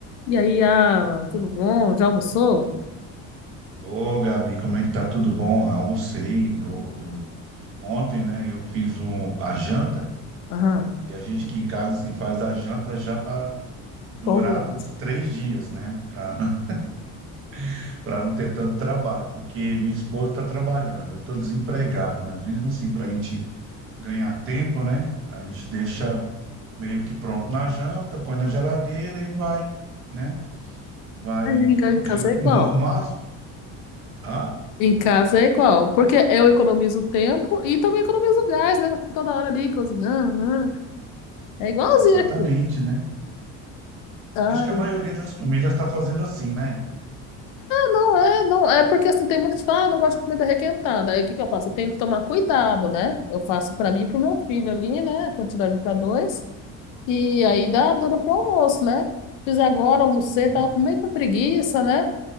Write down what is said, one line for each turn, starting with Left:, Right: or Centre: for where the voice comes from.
Left: E aí, Alan, tudo bom? Já almoçou?
Right: Ô, Gabi, como é que tá? Tudo bom? Almocei. Eu, eu- ontem, né, eu fiz um, a janta
Left: Aham,
Right: e, e a gente aqui em casa assim, faz a janta já para durar
Left: qual mês?
Right: uns três dias, né? Para não, <laughs> para não ter tanto trabalho, porque minha esposa está trabalhando, eu estou desempregado, mas mesmo assim, para a gente ganhar tempo, né? A gente deixa meio que pronto na janta, põe na geladeira e vai, né? Vai.
Left: Aí, em ca-
Right: O,
Left: em
Right: que-
Left: casa
Right: o, o
Left: é igual.
Right: máximo. Hã?
Left: Em casa é igual, porque eu economizo tempo e também economizo gás, né? Toda hora ali cozinhando. aham. É igualzinho
Right: Exatamente,
Left: aqui.
Right: né?
Left: Ah,
Right: Acho que a maioria das famílias está fazendo assim, né?
Left: não é, não. É porque assim, tem muita gente que fala, ah, não gosto de comida requentada. Aí o que que eu faço? Eu tenho que tomar cuidado, né? Eu faço pra mim e pro meu filho ali, né? A quantidade pra dois. E aí dá dura pro almoço, né? Fiz agora, almocei,
Right: Uhum.
Left: tava com meio com preguiça, né?